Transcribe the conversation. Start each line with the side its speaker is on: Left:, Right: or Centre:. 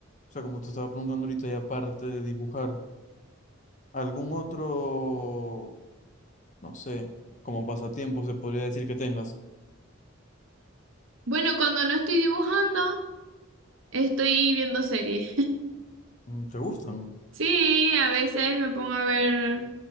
Left: O sea, como te estaba preguntando ahorita, y aparte de dibujar, ¿algún otro, no sé, como pasatiempo se podría decir que tengas?
Right: Bueno, cuando no estoy dibujando, estoy viendo series.
Left: Mm, ¿Te gustan?
Right: Sí, a veces me pongo a ver,